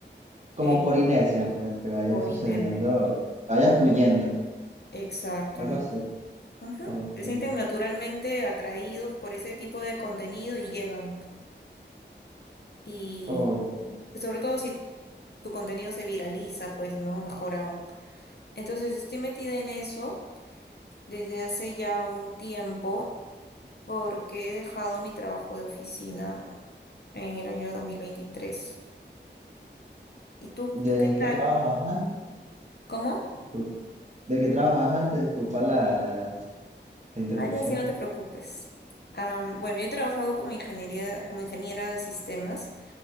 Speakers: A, on the right; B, on the left.
A: como
B: eh,
A: por inercia, pues, que vaya
B: por
A: sucediendo,
B: inercia.
A: que vaya fluyendo,
B: Exacto,
A: algo
B: ¿no?
A: así.
B: Ujú.
A: Ok,
B: Se sienten naturalmente atraídos por ese tipo de contenido y llegan. Y
A: ok.
B: sobre todo si tu contenido se viraliza, pues no, mejor aún. Entonces estoy metida en eso desde hace ya un tiempo porque he dejado mi trabajo de oficina en el año dos mil veintitrés ¿Y tú,
A: ¿De
B: tú qué tal?
A: qué trabajabas antes?
B: ¿Cómo?
A: Discul- ¿De qué trabajabas antes? Disculpa la, la, la interrupción.
B: Ay, así no te preocupes. Am, bueno, yo he trabajado como ingeniería, como ingeniera de sistemas